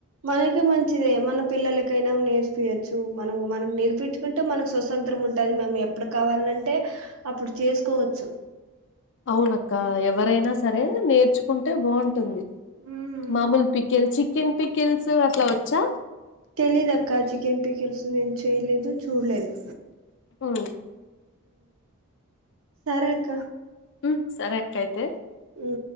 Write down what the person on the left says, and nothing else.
అవునక్క ఎవరైనా సరే నేర్చుకుంటే బాగుంటుంది
మామూలు పికెల్ చికెన్ పికెల్స్ అట్లా వచ్చా
ఉమ్
ఉ సర అక్కైతే